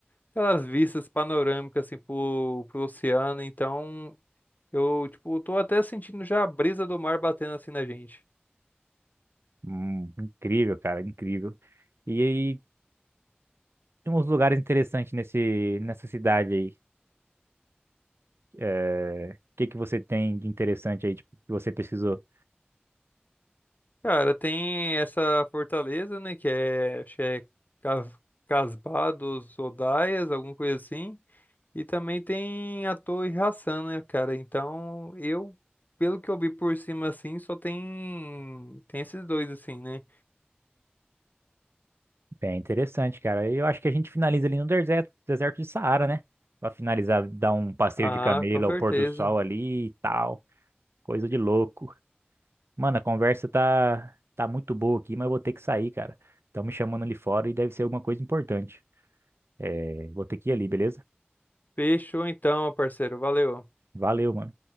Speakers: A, on the left; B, on the right.
A: aquelas vistas panorâmicas assim pro, pro oceano. Então, eu, tipo, tô até sentindo já a brisa do mar batendo assim na gente.
B: hum, incrível, cara, incrível. E aí tem uns lugares interessantes nesse, nessa cidade aí. É, O que que você tem de interessante aí, tipo, que você pesquisou?
A: Cara, tem essa fortaleza, né? Que é, acho que é Cas- Casbah dos Odaias, alguma coisa assim. E também tem a Torre Hassan, né, cara? Então, eu, pelo que eu vi por cima, assim, só tem, tem esses dois, assim, né?
B: Bem interessante, cara. Eu acho que a gente finaliza ali no deserto, deserto de Saara, né? Pra finalizar, dar um passeio
A: Ah,
B: de camelo
A: com certeza.
B: ao pôr do sol ali e tal. Coisa de louco. Mano, a conversa tá, tá muito boa aqui, mas eu vou ter que sair, cara. Estão me chamando ali fora e deve ser alguma coisa importante. É, vou ter que ir ali, beleza?
A: Fechou então, parceiro. Valeu.
B: Valeu, mano.